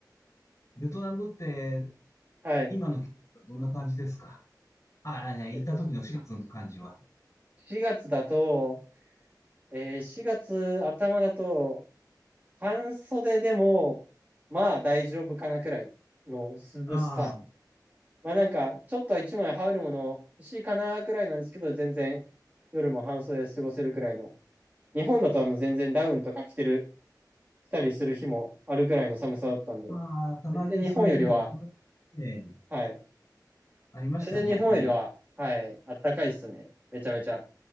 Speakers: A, on the left; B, on the right.
A: ベトナムって、
B: はい。
A: 今の季節どんな感じですかああ、ね行った時の4月の感じは。
B: えっと、4月だと、えー、4月頭だと、半袖でも、まあ大丈夫かなくらいの涼しさ
A: あ
B: まあなんか、ちょっと一枚羽織るもの欲しいかなくらいなんですけど、全然夜も半袖で過ごせるくらいの。日本だとあの全然ダウンとか着てる、着たりする日もあるくらいの寒さだったんで、
A: あ、まあ、たまにそういう日もありま、
B: 全然日本よりは、
A: えー
B: はい。
A: ありましたね。
B: 全然日本よりは、
A: うん。
B: はい、あったかいっすね。めちゃめちゃ。